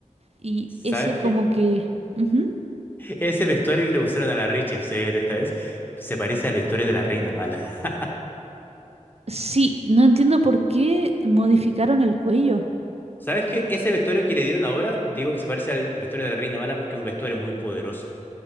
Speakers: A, on the right (about 55°); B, on the left (about 15°).
A: Y
B: ¿Sabes
A: ese como
B: qué?
A: que... ujú.
B: Ese vestuario que le pusieron a la Rachel Zegler esta vez se parece al vestuario de la Reina Mala. <laughs>
A: Sí, no entiendo por qué modificaron el cuello.
B: ¿Sabes qué? Ese vestuario que le dieron ahora, digo que se parece al vestuario de la Reina Mala porque es un vestuario muy poderoso.